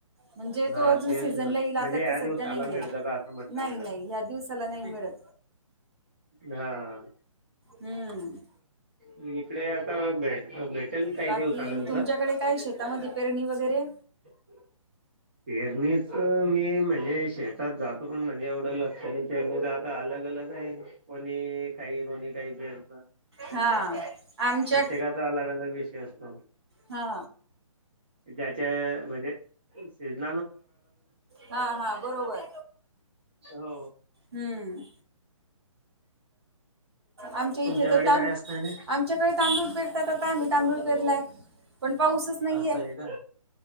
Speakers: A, on the right; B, on the right.
A: म्हणजे
B: हा
A: तो अजून
B: तेच
A: सीझनला
B: म्हण
A: येईल आता
B: म्हणजे या
A: तर
B: दिवसाला
A: सध्या नाही
B: मिळतं
A: आहे
B: का असं म्हटलं
A: नाही
B: मी ना
A: नाही ह्या दिवस ला नाही मिळत.
B: हा.
A: हम्म.
B: म इकडे आता भेट भेटेल काही
A: बाकी
B: दिवसानंतर
A: तुमच्याकडे काय शेतामध्ये पेरणी वगैरे
B: <inaudible> पेरणीच मी म्हणजे शेतात जातो पण म्हणजे एवढं कोणी पेरणी तर आता अलग अलग आहे कोणी काही कोणी काही पेरत.
A: हा आमच्या
B: प्रत्येकाचा अलग अलग विषय असतो.
A: हा
B: ज्याच्या म्हणजे शेड्युल
A: हा हा बरोबर.
B: हो
A: हम्म आमच्या इथे
B: तुमच्याकडे
A: तर तुमच्याकडे
B: काय असतं आणि
A: तांदूळ पेरतात, आम्ही तांदूळ पेरलाय. पण पाऊसच नाहीये
B: असं आहे का